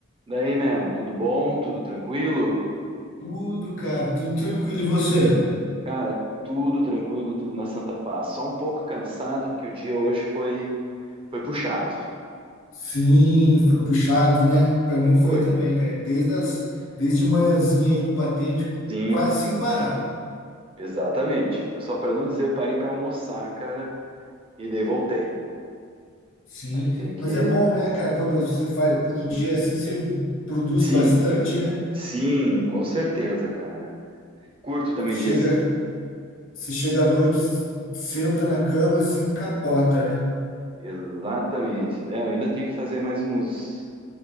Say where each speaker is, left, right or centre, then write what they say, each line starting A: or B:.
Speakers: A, on the right (about 25°); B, on the left (about 65°).
A: Daí, man, tudo bom? Tudo tranquilo?
B: Tudo, cara, tudo tranquilo. E você?
A: Cara, tudo tranquilo, tudo na santa paz. Só um pouco cansado que o dia hoje foi foi puxado.
B: Sim, foi puxado, né? Pra mim foi
A: Foi.
B: também, cara. Desde as, desde manhãzinha aí no batente,
A: Sim,
B: quase sem parar.
A: exatamente. Eu só para não dizer, eu parei para almoçar, cara, e daí voltei.
B: Sim,
A: Aí tem que
B: mas é bom, né, cara? Quando você faz, quando o dia é assim, você produz
A: Sim,
B: bastante, né?
A: sim, com certeza, cara. Curto também
B: Chega,
A: dia assim.
B: você chega à noite, senta na cama, assim, capota, né?
A: Exatamente. É, eu ainda tenho que fazer mais uns